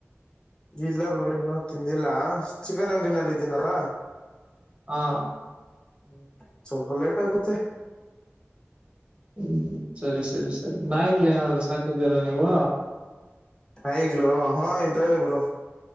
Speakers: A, on the left (about 20°); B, on the right (about 25°).
A: ಇಲ್ಲ ಬ್ರೋ ಇನ್ನೂ ತಿಂದಿಲ್ಲಾ ಚಿಕನ್ ಅಂಗಡಿನಲ್ಲಿ ಇದ್ದೀನಲ್ಲ
B: ಹಾ
A: ಹ್ಮ್ ಸ್ವಲ್ಪ ಲೇಟ್ ಆಗುತ್ತೆ
B: ಹ್ಮ್ ಸರಿ ಸರಿ ಸರಿ ನಾಯಿಗಳು
A: ಹ್ಮ್
B: ಏನನ್ನ ಸಾಕಿದ್ದೀರಾ ನೀವು
A: ನಾಯಿಗಳು ಹಾ ಇದಾವೆ ಬ್ರೋ.